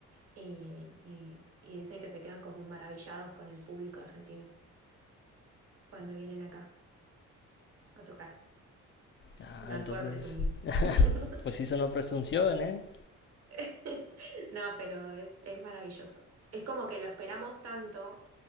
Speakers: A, on the right; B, on the left.
A: y, y y dicen que se quedan como maravillados con el público argentino cuando vienen acá a tocar.
B: Ah,
A: No
B: entonces
A: es por presumir.
B: <laughs>
A: <laughs>
B: pues sí sonó presunción, ¿eh?
A: <laughs> No, pero es, es maravilloso. Es como que lo esperamos tanto.